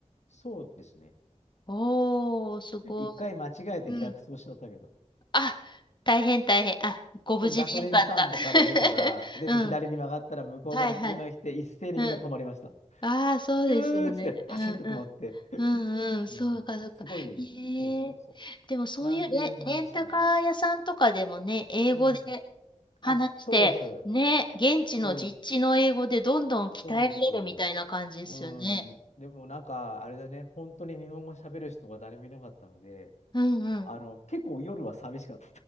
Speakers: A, on the left; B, on the left.
A: そうですね。
B: おー、すごい。
A: 一回間違えて逆走しちゃったけど。
B: うん。あ、大変大変。あ、ご無事でよかった。
A: そうガソリンスタンドから出たら、
B: <laughs>
A: 出て左に曲がったら向こうから車が来て一斉にみんな止まりました。
B: うん。はいはい。うん。ああ、そうですよね。
A: ピューっつってパシッと止まって。
B: うんうん。うんうん。
A: うん。
B: そうかそうか。
A: すごい、
B: ええ。
A: そうそうそ
B: でもそういうレ、
A: う。なんていう話もね。
B: レンタカー屋さんとかでもね、英語で
A: うん。
B: 話して、
A: あ、そうです。
B: ね、現地の実地の英語でどんどん鍛えられるみたいな感じですよね。
A: そう、そうです。うん。でもなんか、あれだね。本当に日本語喋る人が誰もいなかったので、
B: うんうん。
A: あの、結構夜は寂しかっ